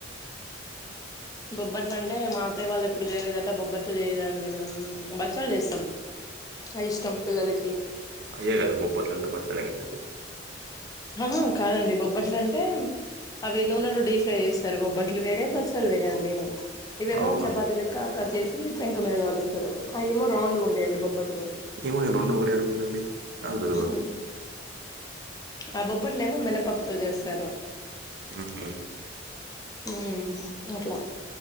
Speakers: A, on the left; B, on the right.
A: బొబ్బట్లు అంటే మా అతయ్య వాళ్ళు ఎప్పుడు చేయలేదటా బొబ్బట్లు చేయలేదండి మేము బచ్చళు చేస్తాం అవి ఇష్టం పిల్లలకి
B: చేయరాద బొబ్బట్లు అంత పచ్చడి అయిదండి
A: ఆహా కాదండి బొబ్బట్లంటే అవి నూనెలో డీప్ ఫ్రై చేస్తారు బొబ్బట్లు వేరే బచ్చళ్లు వేరే అండి ఇవేమో
B: అవునా
A: చపాతి లెక్క కా చేసి పెంక మీద కాలుస్తారు అవేమో రౌండ్గా ఉంటాయండి బొబ్బట్లు
B: ఇవి రెండు ఒకటే అనుకున్న అండి నాకు తెల్వదు
A: ఉహు ఆ బొబ్బట్లేమో మినపప్పుతో చేస్తారు
B: ఉహు
A: హమ్ అట్లా